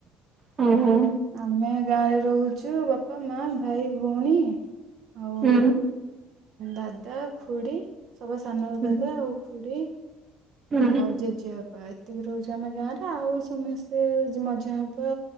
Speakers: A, on the right; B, on the right.
A: ଓ ହୋ।
B: ଆମେ ଗାଁରେ ରହୁଛୁ ବାପା, ମା, ଭାଇ, ଭଉଣୀ ଆଉ
A: ହୁଁ
B: ଦାଦା, ଖୁଡି, ସବା ସାନ
A: ହୁଁ
B: ଦାଦା, ଆଉ ଖୁଡି
A: ହୁଁ
B: ଆଉ ଜେଜେବାପା ଏତିକି ରହୁଛୁ ଆମେ ଗାଁ ରେ ଆଉ ସମସ୍ତେ ମଝିଆପା